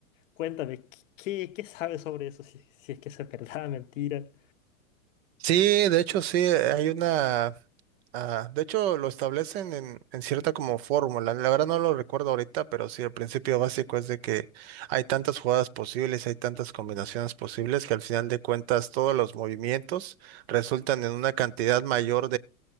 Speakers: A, on the left; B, on the right.
A: Cuéntame, ¿qué, qué qué sabes sobre eso? Si, si es que eso es verdad, <laughs> mentira.
B: Sí, de hecho sí, hay una, ah, de hecho lo establecen en, en cierta como fórmula, la verdad no lo recuerdo ahorita, pero sí, el principio básico es de que hay tantas jugadas posibles, hay tantas combinaciones posibles que al final de cuentas todos los movimientos resultan en una cantidad mayor